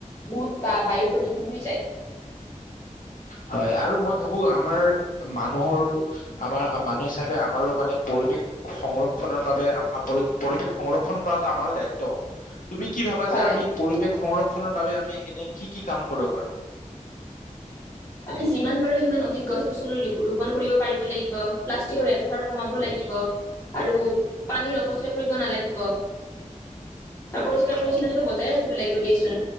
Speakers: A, on the left (about 20°); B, on the left (about 85°).
A: বহুত বা বায়ু প্ৰদূষণ হৈ যায়।
B: হয়', আৰু মই ভাবো আমাৰ মানুহৰ আমাৰ মানুহ হিচাপে আমাৰো মানে পৰিৱেশ সংৰক্ষণৰ বাবে পৰি- পৰিৱেশ সংৰক্ষণ কৰাটো আমাৰো দায়িত্ব। তুমি কি ভাবা
A: হয়
B: যে আমি পৰিৱেশ সংৰক্ষনৰ বাবে আমি এনে কি কি কাম কৰিব পাৰো?
A: আমি যিমান পাৰো সিমান অধিক গছ-গছনি ৰোপন কৰিব পাৰিব লাগিব, প্লাষ্টিকৰ ব্যৱহাৰ কমাব লাগিব। আৰু পানীৰ অপচয় কৰিব নালাগিব, আৰু পৰিষ্কাৰ পৰিছন্নতাটো
B: হয়,
A: বজাই বজাই ৰাখিব লাগিব দিয়াচোন।